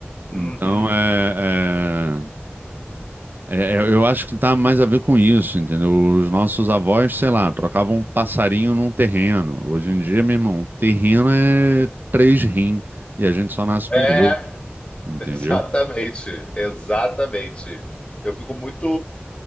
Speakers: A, on the left (about 25°); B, on the right (about 50°).
A: Uhum.
B: Então, é... é, É, é, eu acho que tá mais a ver com isso, entendeu? Os nossos avós, sei lá, trocavam um passarinho num terreno. Hoje em dia, meu irmão, terreno é três rim e a gente só nasce com
A: É,
B: dois, entendeu?
A: Exatamente, exatamente. Eu fico muito